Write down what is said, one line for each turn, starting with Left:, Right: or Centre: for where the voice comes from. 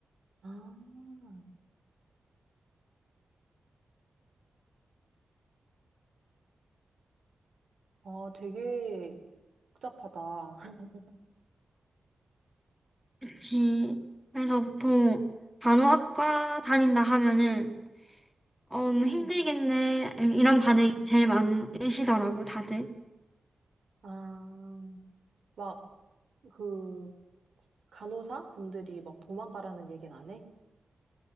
Right: 아, 어, 되게 복잡하다. <laughs>
Centre: 그치. 그래서 보통 간호학과 다닌다 하면은 어, 뭐 힘들겠네
Right: 응.
Centre: 이런 반응이 제일 많으시더라고 다들.
Right: 아, 막 그 간호사 분들이 막 도망가라는 얘기는 안 해?